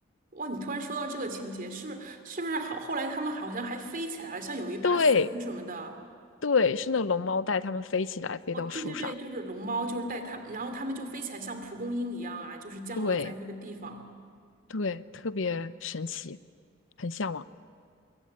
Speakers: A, on the right (about 45°); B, on the left (about 70°).
A: 哇，你突然说到这个情节，是是不是好？后来他们好像还飞起来了，像有一把伞什么的。
B: 对对，是那龙猫带他们飞起来，飞到树上。
A: 哦，对对对，就是龙猫，就是带他，然后他们就飞起来，像蒲公英一样啊，就是降落在那个地方。
B: 对对，特别神奇，很向往。